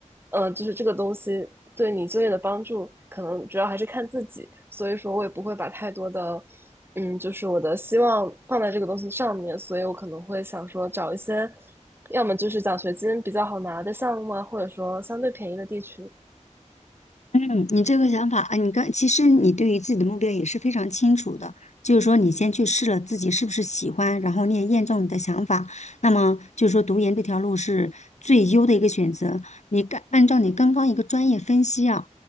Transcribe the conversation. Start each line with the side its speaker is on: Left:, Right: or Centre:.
Right: 嗯、呃就是这个东西对你就业的帮助，可能主要还是看自己。所以说我也不会把太多的，嗯，就是我的希望放在这个东西上面。所以我可能会想说找一些。要么就是奖学金比较好拿的项目啊，或者说相对便宜的地区。
Left: 嗯，你这个想法啊，你刚其实你对于自己的目标也是非常清楚的，就是说你先去试了自己是不是喜欢，然后你也验证你的想法，那么就是说读研这条路是最优的一个选择。你刚按照你刚刚一个专业分析啊，